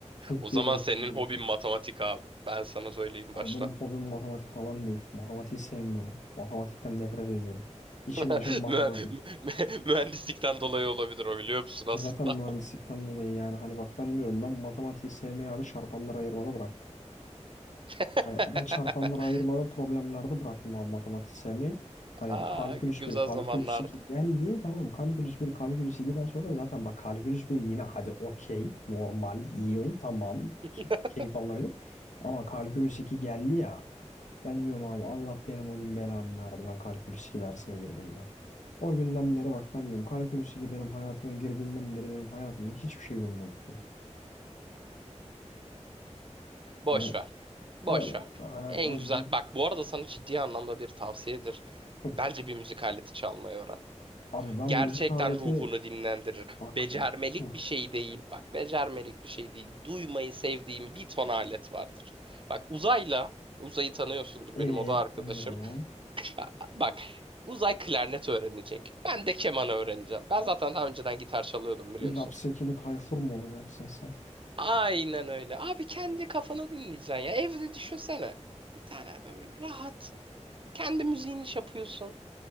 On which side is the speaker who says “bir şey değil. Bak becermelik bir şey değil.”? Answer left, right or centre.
Right